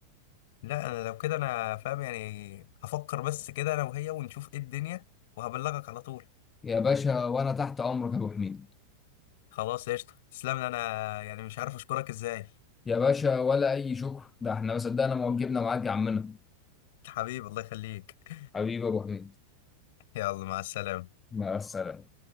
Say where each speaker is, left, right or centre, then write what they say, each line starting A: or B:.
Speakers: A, on the left; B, on the left.
A: لا انا لو كده انا فاهم يعني هفكر بس كده انا وهي ونشوف ايه الدنيا وهبلغك على طول
B: يا باشا وانا تحت امرك يا ابو حميد
A: خلاص قشطه تسلم لي، انا يعني مش عارف اشكرك ازاي
B: يا باشا ولا اي شكر ده احنا ما صدقنا ما وجبنا معاك يا عمنا
A: حبيبي الله يخليك
B: حبيبي يا ابو حميد
A: <laughs> يلا مع السلامه
B: مع السلامه